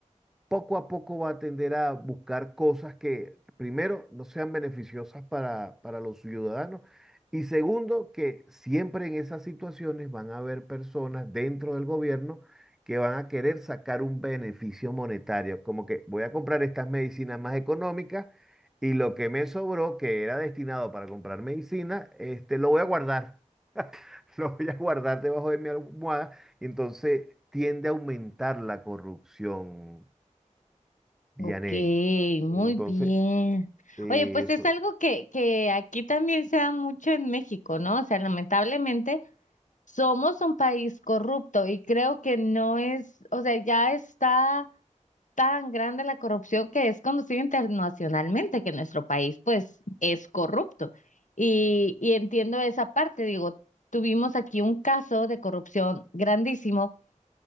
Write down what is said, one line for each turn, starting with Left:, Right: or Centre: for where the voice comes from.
Centre: poco a poco va a tender a buscar cosas que, primero, no sean beneficiosas para, para los ciudadanos y segundo, que siempre en esas situaciones van a haber personas dentro del gobierno que van a querer sacar un beneficio monetario, como que voy a comprar estas medicinas más económicas y lo que me sobró, que era destinado para comprar medicina, este, lo voy a guardar. <laughs> Lo voy a guardar debajo de mi almohada y entonces tiende a aumentar la corrupción, Vianey.
Left: Ok, muy
Centre: Entonces,
Left: bien.
Centre: eh,
Left: Oye, pues
Centre: eso,
Left: es algo que, que aquí también se da mucho en México, ¿no? O sea, lamentablemente somos un país corrupto y creo que no es, o sea, ya está tan grande la corrupción que es conocida internacionalmente que nuestro país, pues, es corrupto. Y, y entiendo esa parte, digo, tuvimos aquí un caso de corrupción grandísimo